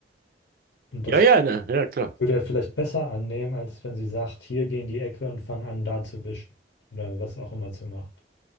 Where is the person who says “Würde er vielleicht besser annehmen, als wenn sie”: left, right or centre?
Left